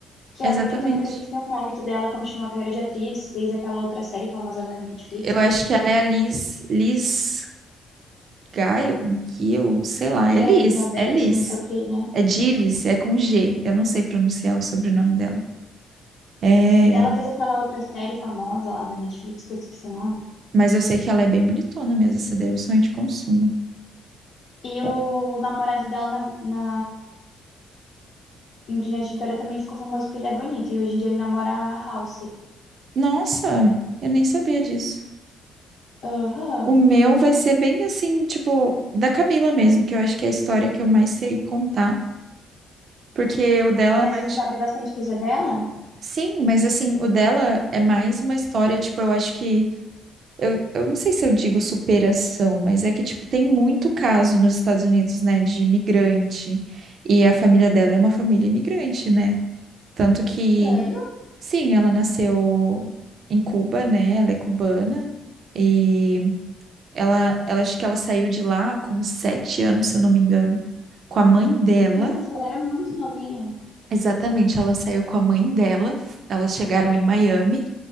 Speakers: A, on the left; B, on the right.
A: que
B: Exatamente.
A: é a bonitona que eu esqueci o nome, que dela continua a carreira de atriz, fez aquela outra série famosa na Netflix,
B: Eu
A: né?
B: acho que ela é a Liz, Liz Gaio, Gil, sei lá,
A: É,
B: é Liz,
A: Elizabeth,
B: é Liz.
A: não sei o quê, né?
B: É Gilles, é com G. Eu não sei pronunciar o sobrenome dela. É,
A: E dela fez aquela outra série famosa lá da Netflix, que eu esqueci o nome.
B: mas eu sei que ela é bem bonitona mesmo, essa daí é o sonho de consumo.
A: E
B: O-
A: o namorado dela na, na em Brilhante Vitória também ficou famoso porque ele é bonito, e hoje em dia ele namora a Halsey.
B: Nossa, eu nem sabia disso.
A: Aham.
B: O meu vai ser bem assim, tipo, da Camila mesmo, que eu acho que é a história que eu mais sei contar, porque o dela
A: Mas
B: é mais.
A: você sabe bastante coisa dela?
B: Sim, mas assim, o dela é mais uma história, tipo, eu acho que Eu, eu não sei se eu digo superação, mas é que, tipo, tem muito caso nos Estados Unidos, né, de imigrante. E a família dela é uma família imigrante, né? Tanto que,
A: sério
B: sim, ela nasceu em Cuba, né? Ela é cubana. E ela, ela, acho que ela saiu de lá com sete anos, se eu não me engano, com a mãe dela.
A: Nossa, ela era muito novinha.
B: Exatamente, ela saiu com a mãe dela, f- elas chegaram em Miami,